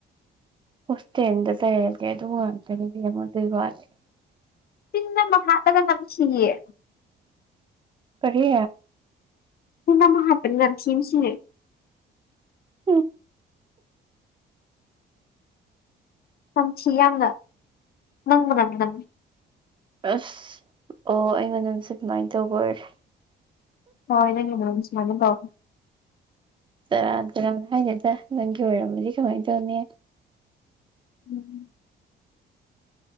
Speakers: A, on the right; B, on the left.
A: ꯍꯣꯁꯇꯦꯜꯗ ꯂꯩꯔꯗꯤ ꯑꯗꯨꯝ ꯉꯥꯛꯇꯅꯤ ꯕꯦꯝꯃ ꯑꯗꯨꯒꯤ ꯋꯥꯗꯤ
B: ꯇꯤꯟ ꯑꯃ ꯍꯥꯠꯂꯒ ꯅꯝꯊꯤꯌꯦ
A: ꯀꯔꯤ
B: ꯇꯤꯟ ꯑꯃ ꯍꯥꯠꯄꯅꯦ ꯅꯝꯊꯤꯅ ꯁꯤꯔꯦ
A: ꯎꯝ
B: ꯅꯝꯊꯤ ꯌꯥꯝꯅ ꯅꯪ ꯃꯅꯝ ꯅꯝꯃꯦ
A: ꯑꯁ ꯑꯣ ꯑꯩ ꯃꯅꯝꯁꯦ ꯑꯗꯨꯃꯥꯏꯅ ꯇꯧꯕ ꯑꯣꯏꯔꯦ
B: ꯍꯣꯏ ꯅꯣꯒꯤ ꯃꯅꯝ ꯁꯨꯃꯥꯏꯅ ꯇꯧꯏ
A: ꯁꯪꯔꯥꯟ ꯇꯨꯔꯥꯟ ꯍꯥꯏꯅꯤꯗ ꯅꯪꯒꯤ ꯑꯣꯏꯔꯝꯃꯗꯤ ꯀꯃꯥꯏꯅ ꯇꯧꯅꯤ
B: ꯎꯝ